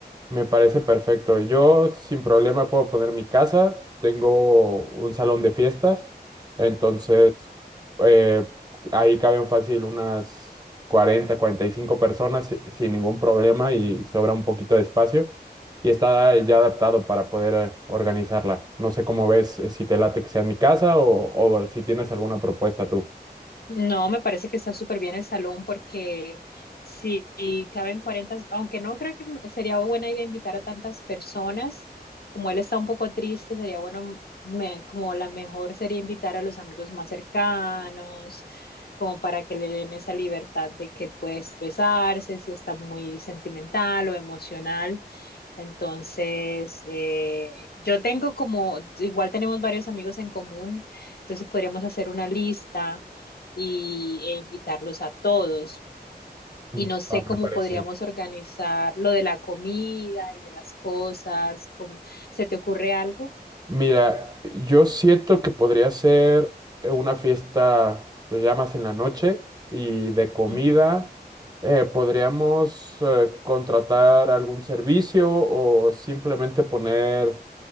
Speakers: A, on the right (about 25°); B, on the left (about 65°).
A: Me parece perfecto. Yo sin problema puedo poner mi casa. Tengo un salón de fiestas. Entonces, eh, ahí caben fácil unas cuarenta cuarenta y cinco personas si- sin ningún problema y sobra un poquito de espacio. Y está ya adaptado para poder eh, organizarla. No sé cómo ves, eh, si te late que sea en mi casa o, o si tienes alguna propuesta tú.
B: No, me parece que está súper bien el salón porque si caben 40, aunque no creo que m- sería buena idea invitar a tantas personas, como él está un poco triste, sería bueno, me- como la mejor sería invitar a los amigos más cercanos, como para que le den esa libertad de que él puede expresarse, si está muy sentimental o emocional. Entonces, eh, yo tengo como, igual tenemos varios amigos en común, entonces podríamos hacer una lista y e invitarlos a todos.
A: Mm,
B: Y no sé
A: ah,
B: cómo
A: Me parece.
B: podríamos organizar lo de la comida y de las cosas, ¿cómo? ¿Se te ocurre algo?
A: Mira, yo siento que podría ser una fiesta pues, ya más en la noche y de comida.
B: Ujú.
A: eh, podríamos eh, contratar algún servicio o simplemente poner